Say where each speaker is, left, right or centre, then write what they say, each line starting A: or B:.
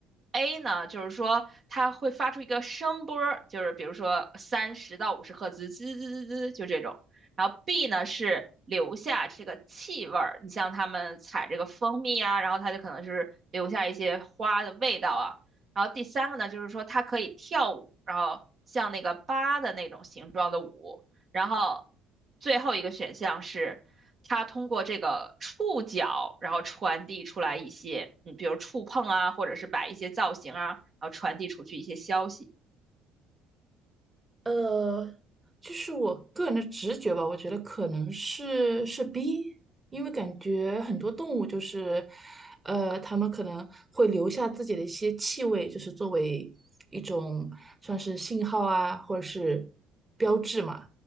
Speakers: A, on the right; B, on the right.
A: ，A 呢，就是说它会发出一个声波儿，就是比如说三十到五十赫兹，滋滋滋滋，就这种。然后 B 呢是留下这个气味儿，你像他们采这个蜂蜜啊，然后它就可能是留下一些花的味道啊。然后第三个呢，就是说它可以跳舞，然后像那个八的那种形状的舞。然后最后一个选项是，它通过这个触角，然后传递出来一些，嗯，比如触碰啊，或者是摆一些造型啊，然后传递出去一些消息。
B: 呃，就是我个人的直觉吧，我觉得可能是是 B，因为感觉很多动物就是，呃，它们可能会留下自己的一些气味，就是作为一种算是信号啊，或者是标志嘛，